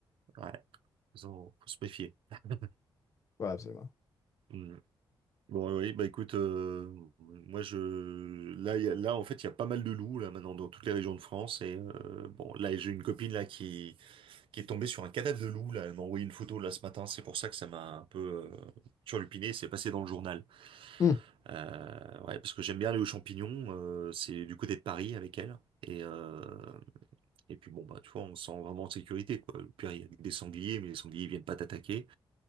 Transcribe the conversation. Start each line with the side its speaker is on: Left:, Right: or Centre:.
Right: Ouais. Faut, s'en- faut se méfier. <laughs>
Left: Ouais, absolument.
Right: Hmm. Bon, oui, oui, bah écoute, euh, moi je là, il y a- là en fait il y a pas mal de loups là maintenant dans toutes les régions de France et euh, bon là j'ai une copine là qui qui est tombée sur un cadavre de loup là elle m'a envoyé une photo là ce matin c'est pour ça que ça m'a un peu euh, turlupiné c'est passé dans le journal
Left: Hmm.
Right: euh, ouais parce que j'aime bien aller aux champignons euh, c'est du côté de Paris avec elle et euh, et puis bon bah tu vois on se sent vraiment en sécurité quoi Au pire il y a des sangliers mais les sangliers ils viennent pas t'attaquer